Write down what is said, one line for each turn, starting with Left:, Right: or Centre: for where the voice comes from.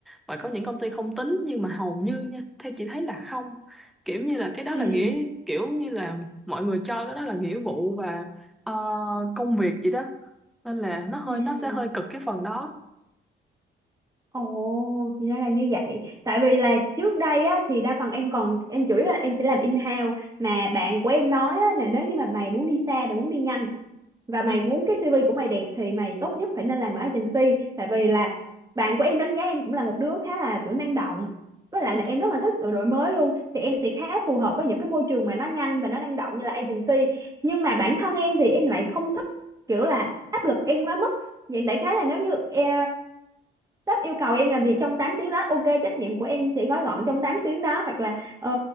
Centre: và có những công ty không tính nhưng mà hầu như nha theo chị thấy là không kiểu như là cái đó
Right: Ừ.
Centre: là nghĩa kiểu như là mọi người cho cái đó là nghĩa vụ và ờ, công việc gì đó nên là nó hơi
Right: Ừ.
Centre: nó
Right: ừ.
Centre: sẽ hơi cực cái phần đó
Right: Ồ, thì ra là như vậy. Tại vì là trước đây á, thì đa phần em còn em chủ yếu là em sẽ làm in-house mà bạn của em nói á, là nếu như mà mày muốn đi xa, mày muốn đi nhanh và mày
Centre: ừ
Right: muốn cái CV của mày đẹp thì mày tốt nhất phải nên làm ở agency tại vì là bạn của em đánh giá em cũng là một đứa khá là kiểu năng động với lại
Centre: ừ
Right: là em rất là thích sự đổi mới luôn thì em sẽ khá phù hợp với những cái môi trường mà nó nhanh và nó năng động như là agency nhưng mà bản thân em thì em lại không thích kiểu là áp lực em quá mức vậy đại khái là nếu như em sếp yêu cầu em làm việc trong 8 tiếng đó ok trách nhiệm của em sẽ gói gọn trong 8 tiếng đó hoặc là ờ,